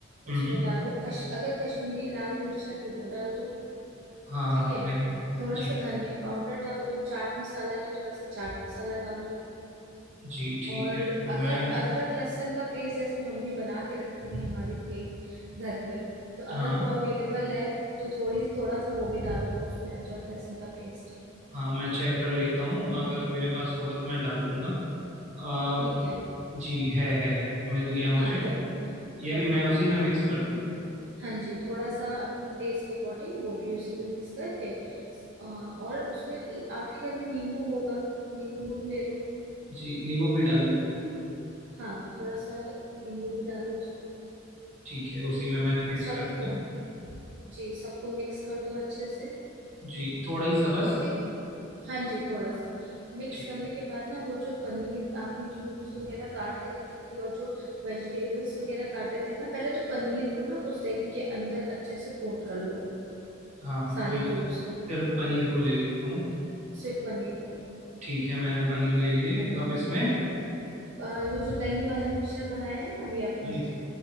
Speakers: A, on the right; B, on the right.
A: हम्म
B: उसमें डालो कश अगर कश्मीरी लाल मिर्च है तो वो डाल दो
A: हाँ हाँ
B: ठीक है
A: है
B: थोड़ा
A: जी
B: सा धनिया पाउडर डाल दो चाट मसाला है तो थोड़ा सा चाट मसाला डाल दो
A: जी ठीक
B: और
A: है तो
B: अगर
A: मैं
B: अदरक लहसुन का पेस्ट जैसे मम्मी बना के रखती है हमारी कई घर पे तो
A: हाँ
B: अगर वो अवेलेबल है तो थोड़ी थोड़ा सा वो भी डाल दो उसमें अदरक लहसुन का पेस्ट
A: हाँ मैं चेक कर लेता हूँ अगर मेरे पास होगा तो मैं डाल दूंगा अ,
B: ठीक है
A: जी है है है मिल गया मुझे
B: हाँ तो
A: ये
B: बढ़िया
A: भी मैं उसी में
B: तो
A: मिक्स कर दूँ
B: हाँ जी थोड़ा सा अपने टेस्ट के अकॉर्डिंग वो भी उसी में मिक्स करके अ, और उसमें आपके घर में नींबू होगा नींबू ले लो
A: जी नींबू भी डालना है
B: हाँ थोड़ा सा नींबू भी डालो उस पे
A: ठीक है उसी में मैंने मिक्स
B: सबको
A: कर दिया
B: जी सबको मिक्स कर दो अच्छे से
A: जी थोड़ा ही सा बस
B: ठीक है हाँ जी थोड़ा सा मिक्स
A: ठीक
B: करने
A: है
B: के बाद ना वो जो पनीर आपने क्यूब्स वगैरह काट के रखी थी और जो वेजिटेबल्स वगैरह काटे थे ना पहले तो पनीर को ना उस दही के अंदर अच्छे से कोट कर लो
A: हाँ हाँ
B: सारे
A: मैं
B: क्यूब्स को
A: फिर पनीर को ले लेता हूँ
B: सिर्फ पनीर को
A: ठीक है मैंने पनीर ले लिए अब इसमें
B: और वो जो दही वाला मिक्सचर बनाया है ना अभी आप
A: जी
B: हमने